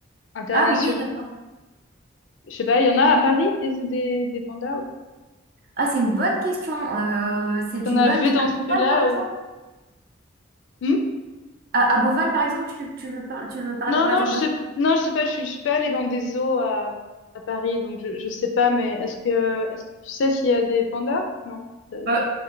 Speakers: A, on the left; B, on the right.
A: internationaux.
B: Ah oui, d'accord.
A: Je sais pas, il y en a à
B: Mm.
A: Paris des des, des pandas. ou pas
B: Ah, c'est une bonne question. Euh, c'est
A: T'en
B: une
A: as
B: bonne
A: vu
B: question.
A: dans
B: À
A: celui-là?
B: Beauval, par exemple?
A: euh, hmm
B: À, à Beauval, par exemple, tu, tu veux par- tu veux parler,
A: Non,
B: par
A: non,
B: exemple,
A: je sais,
B: de...
A: non, je sais pas. Je, suis- je suis pas allée dans des zoos à, à Paris, donc je, je sais pas. Mais est-ce que est-ce que tu sais s'il y a des pandas? Non. Euh,
B: Euh,